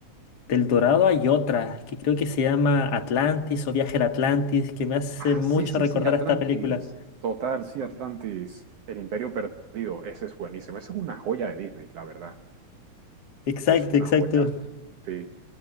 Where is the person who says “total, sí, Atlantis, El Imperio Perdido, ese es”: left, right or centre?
Right